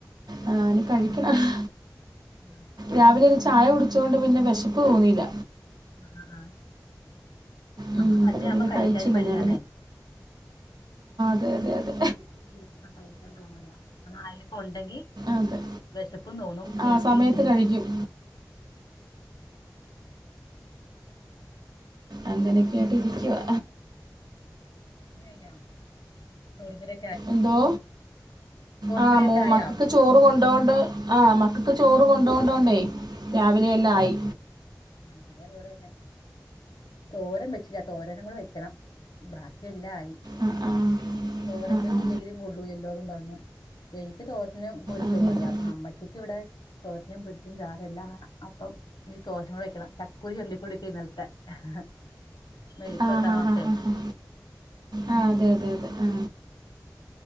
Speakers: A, on the right; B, on the left.
A: ആ ഇനി കഴി ആഹ്
B: ആ,
A: രാവിലെ ഒരു ചു ചായ കുടിച്ചോണ്ട് പിന്നെ വിശപ്പ് തോന്നില്ല.
B: ആ ഞമ്മൾ
A: ഉം,
B: <inaudible> തന്നെയാമ്പോൾ
A: അപ്പൊ പിന്നെ
B: കഴിക്കാനും
A: കഴിച്ചില്ല
B: മടിയാന്നേ
A: ഞാൻ അതെ-അതെ-അതെ
B: തന്നെയിരിക്കുമ്പോൾ കഴിക്കാൻ തോന്നില്ല. ആരെങ്കിലുക്കെ ഉണ്ടെങ്കിൽ
A: അതെ
B: വിശപ്പും തോന്നും കഴിക്കുകയും
A: ആ സമയത്ത്
B: ചെയ്യും.
A: കഴിക്കും അങ്ങനെ ഒക്കെ ആയിട്ട്
B: ഉം.
A: ഇരിക്കുവാ
B: പണി കഴിഞ്ഞോ ചോറും കറി
A: എന്തോ ആ
B: കറിയൊക്കെ
A: മോ
B: ആയോ
A: മക്കക്ക് ചോറു കൊണ്ടോണ്ടോ ആ മക്കക്ക് ചോറു കോൺ ടോൺ ഡോ ണ്ടയ് രാവിലെല്ലായി
B: ആ ഇവിടേതു പോലെ തന്നെ തോരൻ വച്ചിട്ടില്ല തോരനും കൂടി വെക്കണം ബാക്കിയെല്ലാം ആയി
A: ആ, ആ, ആ,
B: തോരൻ
A: ആ, ആ,
B: കറി ഇല്ലങ്കിലുംകൊള്ളും ന്നല്ലാരും പറഞ്ഞു എനിക്കെ തോരനും പൊരിച്ചതും
A: അതെ
B: മതി
A: അതെ
B: അമ്മച്ചിക്കിവിടെ തോരനും പൊരിച്ചതും ചാറും എല്ലാം വേണം അപ്പം തോരനും കൂടി വെക്കണം താക്കോയി എന്തികൊടുക്കി ഇന്നലത്തെ ഹെ ഹെ മെയ്ക്ക്
A: ആ
B: പുരട്ടാൻ
A: ഹാ
B: പറഞട്ടെ
A: ഹാ ഹാ ഹാ ആ അതെയെതെതെ ആ